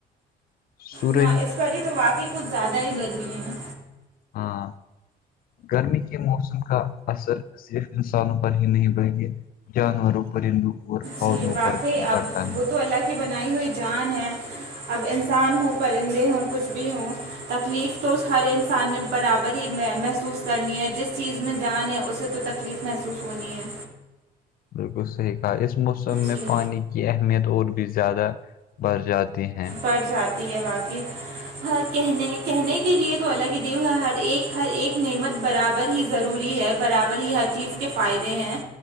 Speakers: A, on the left; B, on the right.
A: سورج
B: ہاں اس پر ہی تو واقعی کچھ زیادہ ہی گرمی ہے
A: ہاں گرمی کے موسم کا اثر صرف انسانوں پر ہی نہیں پڑ گی جانوروں پرندوں اور پودوں
B: جی واقعی
A: پر بھی پڑتا
B: اب
A: ہے
B: وہ تو اللہ کی بنائی ہوئی جان ہے اب انسان ہوں پرندے ہوں کچھ بھی ہوں تکلیف تو ہر انسان نے برابر ہی محسوس کرنی ہے جس چیز میں جان ہے اسے تو تک تکلیف محسوس ہونی ہے
A: بالکل صحیح کہا اس موسم میں
B: جی
A: پانی یہ اہمیت اور بھی زیادہ بڑھ جاتی ہیں
B: پڑ جاتی ہے واقعی حا کہنے کہنے کے لیے تو اللہ کی دیا ہر ایک ہر ایک نعمت برابر ہی ضروری ہے برابر ہی ہر چیز کے فائدے ہیں